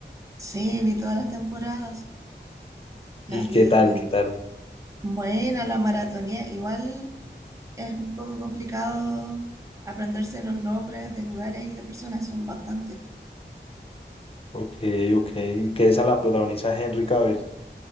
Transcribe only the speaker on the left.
¿Y
qué
tal?
¿Qué tal?
Ok, ok. Que esa la protagoniza Henry Cavill.